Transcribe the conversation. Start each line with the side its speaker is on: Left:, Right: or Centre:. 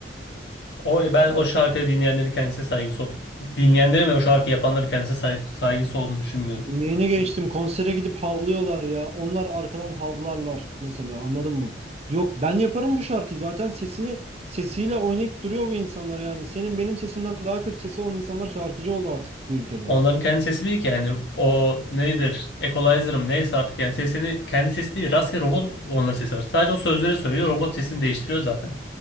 Left: O ben o şarkıyı dinleyenlerin kendisine saygısı ol- dinleyenlerin ve o şarkı yapanların kendisine saygı, saygısı olduğunu düşünmüyorum.
Right: Neyine geçtim konsere gidip havlıyorlar ya. Onlar arkadan havlarlar mesela anladın mı? Yok ben yaparım bu şarkıyı zaten sesini sesiyle oynayıp duruyor bu insanlar yani. Senin benim sesimden daha kötü sesi olan insanlar şarkıcı oldu artık bu ülkede.
Left: Onların kendi sesi değil ki yani o nedir? Equalizer'ım neyse artık yani sesini kendi sesi değil rastgele robot onların sesi var. Sadece o sözleri söylüyor robot sesini değiştiriyor zaten.